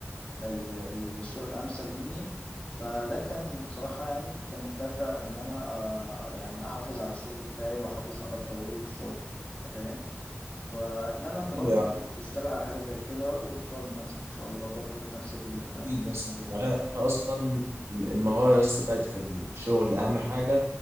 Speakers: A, on the left; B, on the right.
A: ال- الصورة الامثل مني فده كان صراحة يعني كان دافع ان انا آه، يعني احافظ على الشغل بتاعي واحافظ على تطوري في الشغل انت فاهم واتمنى انت
B: حلو
A: برضو
B: يعني
A: ت- تشتغل على حاجة زي كده وتطور من نفسك ان شاء الله برضو في نفس ال-
B: أكيد يا
A: المجال
B: اسطى. يعني انا اصلا المهارة يا اسطى بتاعت في الشغل اهم حاجة